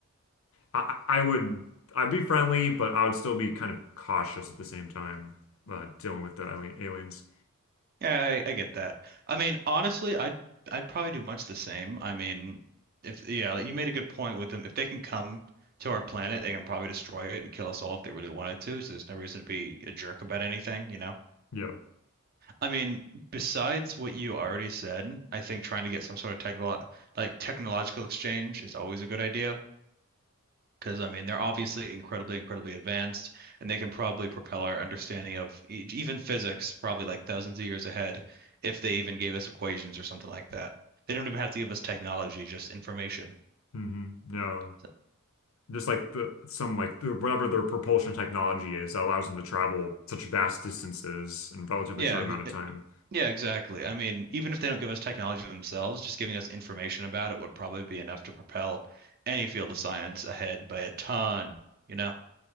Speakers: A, on the left; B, on the right.
A: I, I would I'd be friendly, but I would still be kind of cautious at the same time, uh, dealing with the alien, aliens.
B: Yeah, I, I get that. I mean, honestly, I'd I'd probably do much the same. I mean, if yeah, like you made a good point with them. If they can come to our planet, they can probably destroy it and kill us all if they really wanted to. So there's no reason to be a jerk about anything, you know?
A: Yeah.
B: I mean, besides what you already said, I think trying to get some sort of technical like technological exchange is always a good idea. Because I mean, they're obviously incredibly, incredibly advanced, and they can probably propel our understanding of e even physics probably like thousands of years ahead if they even gave us equations or something like that. They don't even have to give us technology, just information.
A: hmm Yeah.
B: So,
A: Just like the some like the, whatever their propulsion technology is that allows them to travel such vast distances in a relatively
B: Yeah,
A: short
B: ex-
A: amount of
B: e-
A: time.
B: yeah, exactly. I mean, even if they don't give us technology themselves, just giving us information about it would probably be enough to propel any field of science ahead by a ton, you know?